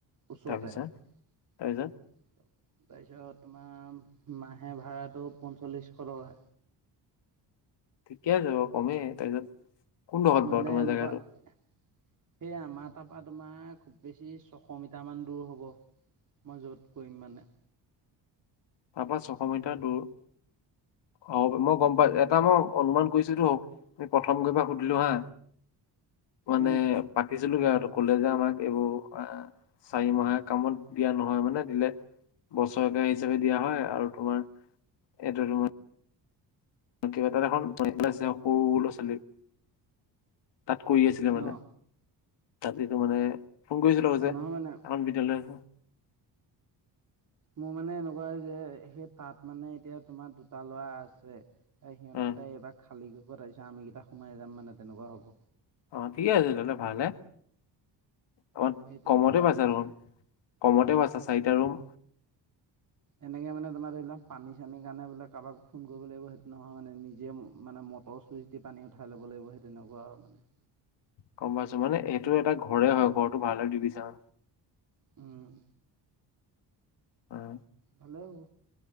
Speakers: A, on the right; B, on the left.
A: ওচৰতে
B: তাৰপিছত
A: আৰু
B: তাৰপিছত
A: তাৰ পিছত তোমাৰ মাহে ভাড়াটো পঞ্চল্লিছশ টকা।
B: ঠিকে আছে বাৰু কমেই তাৰপিছত কোনডোখৰত
A: মানে
B: বাৰু তোমাৰ
A: এনেকুৱা
B: জেগাটো
A: সেই আমাৰ তাৰ পৰা তোমাৰ খুব বেছি ছশ মিটাৰ মান দূৰ হব। মই য'ত কৰিম মানে।
B: তাৰপৰা ছশ মিটাৰ দূৰ। অ' মই গম পাইছোঁ, এটা মই অনুমান কৰিছোঁ প্ৰথম গৈ সুধিলো হা মানে
A: উম
B: পাতিছিলোগে আৰু কলে যে আমাক এইবোৰ আ চাৰি মাহে কামত দিয়া নহয় মানে দিলে বছৰকে আহি হিচাপে দিয়া হয় আৰু তোমাৰ এইটো তোমাৰ কিবা এটা এখন পাইছে, সৰু ল'ৰা ছোৱালী তাত কৰি আছিলে মানে,
A: অ
B: তাত এইটো মানে ফোন কৰিছিলো পিছে
A: অ নহয়
B: আমাক
A: মানে
B: বিদ্যালয় আচুন।
A: মোৰ মানে এনেকুৱা যে সেই তাত মানে এতিয়া তোমাৰ দুটা ল'ৰা আছে। তাই সিহঁতো
B: অ
A: তাই এইবাৰ খালী গইত আহিছে, আমিকেইটা সোমাই যাম মানে তেনেকুৱা হ'ব।
B: অ' ঠিকে আছিলে ভালহে। অমান
A: সেই তেনেকুৱা
B: কমতে পাইছা
A: হ'ব
B: ৰুম, কমতে পাইছা চাৰিটা ৰুম।
A: এনেকৈ মানে তোমাৰ ধৰি লওক পানী চানীৰ কাৰণে বোলে কাৰোবাক ফোন কৰিব লাগিব সেইটো নহয় মানে নিজে মানে মত অ' ছুইচ দি পানী উঠাই ল' লাগিব সেই তেনেকুৱা আৰু মানে।
B: গম পাইছোঁ মানে এইেইটো এটা ঘৰে হয়, ঘৰটো ভালে দিবিছা।
A: উম।
B: হয়।
A: ভালে হ'ব।